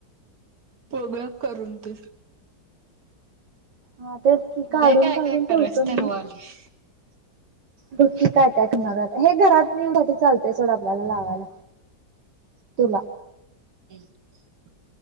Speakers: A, on the right (about 55°); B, on the right (about 70°).
A: बघुया करून तर.
B: हा तेच की काढून,
A: लय काय
B: काढून
A: काय करायच
B: ठेवतो
A: ठरवाले
B: मी. बघ की काय काय करणारय आता, हे घरात एवढं चालतंय सोड आपल्याला लावायला. तुला.
A: हम्म,